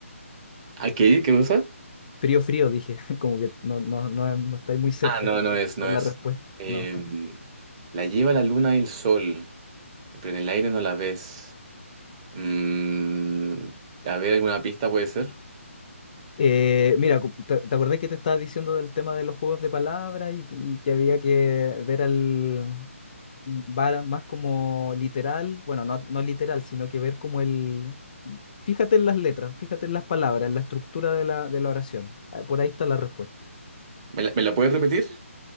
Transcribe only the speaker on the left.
Frío, frío, dije, <laughs> como que no, no, no, no estáis muy cerca
con
la respuesta.
No.
Eh, mira, cu- ¿te, te acordás que te estaba diciendo del tema de los juegos de palabras y, y que había que ver al va más como literal, bueno, no, no literal, sino que ver como el... Fíjate en las letras, fíjate en las palabras, en la estructura de la, de la oración. Ah, Por ahí está la respuesta.